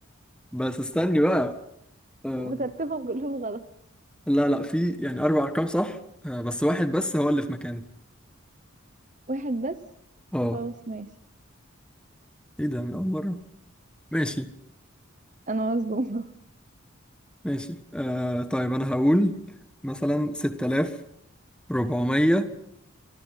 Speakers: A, in the centre; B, on the right (about 35°).
A: بس استني بقى آه
B: بترتيبهم كلهم غلط
A: لا لا في يعني اربع ارقام صح آه بس واحد بس هو اللي في مكانه
B: واحد بس
A: اه
B: خلاص ماشي
A: ايه ده من اول مره ماشي
B: انا مصدومة
A: ماشي آه طيب أنا هقول مثلا ستة آلاف ربعمية